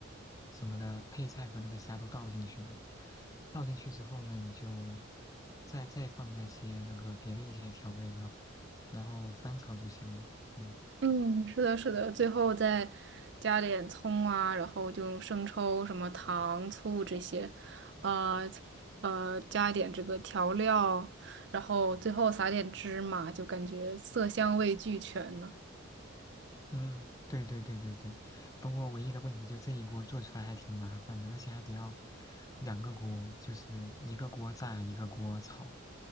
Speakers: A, on the left; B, on the right.
A: 什么的配菜和那个虾都倒进去嘛。倒进去之后呢，你就再再放那些那个别的一些调味料，然后翻炒就行了。嗯。
B: 嗯，是的，是的，最后再加点葱啊，然后就用生抽、什么糖、醋这些，呃呃，加一点这个调料，然后最后撒点芝麻，就感觉色香味俱全呢。
A: 嗯，对对对对对，不过唯一的问题就这一锅做出来还挺麻烦的，而且还得要两个锅，就是一个锅炸，一个锅炒，